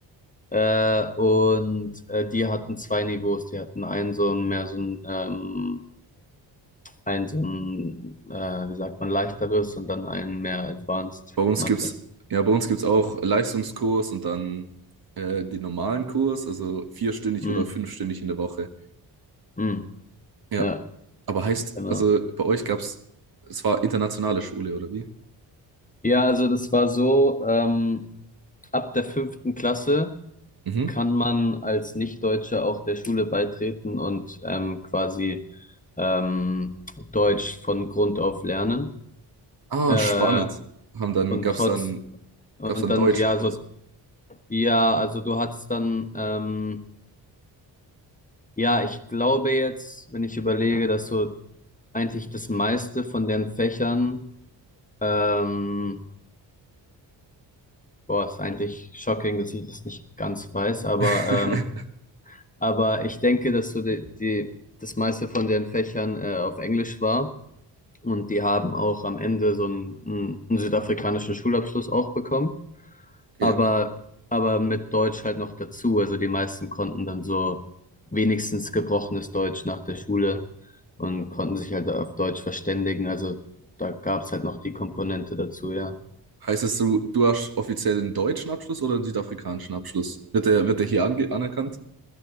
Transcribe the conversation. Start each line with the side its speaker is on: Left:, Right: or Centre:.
Left: Äh, und äh, die hatten zwei Niveaus. Die hatten einen so ein mehr so ein, ähm, ein so ein, äh, wie sagt man, leichteres und dann einen mehr Advanced
Right: Bei uns
Left: Mathe.
Right: gibt's, ja, bei uns gibt's auch Leistungskurs und dann äh, den normalen Kurs, also vierstündig
Left: Mm,
Right: oder fünfstündig in der Woche.
Left: mm,
Right: Ja.
Left: ja,
Right: Aber heißt,
Left: genau.
Right: also bei euch gab's, es war internationale Schule, oder wie?
Left: Ja, also das war so, ähm, ab der fünften Klasse.
Right: Mhm.
Left: kann man als Nicht-Deutscher auch der Schule beitreten und ähm, quasi ähm, Deutsch von Grund auf lernen.
Right: Ah,
Left: Äh,
Right: spannend. Haben dann,
Left: und
Right: gab's
Left: trotz,
Right: dann,
Left: und
Right: gab's dann
Left: dann,
Right: Deutschkurs.
Left: ja, so, ja, also du hast dann, ähm, ja, ich glaube jetzt, wenn ich überlege, dass so eigentlich das meiste von den Fächern, ähm, boah, ist eigentlich shocking, dass ich das nicht ganz weiß, aber,
Right: <laughs>
Left: ähm, aber ich denke, dass so die, die, das meiste von den Fächern, äh, auf Englisch war. Und die haben auch am Ende so einen, einen, südafrikanischen Schulabschluss auch bekommen,
Right: Okay.
Left: aber, aber mit Deutsch halt noch dazu. Also die meisten konnten dann so wenigstens gebrochenes Deutsch nach der Schule und konnten sich halt auf Deutsch verständigen. Also da gab's halt noch die Komponente dazu, ja.
Right: Heißt es, so? du hast offiziell einen deutschen Abschluss oder einen südafrikanischen Abschluss? Wird der, wird der hier ange anerkannt?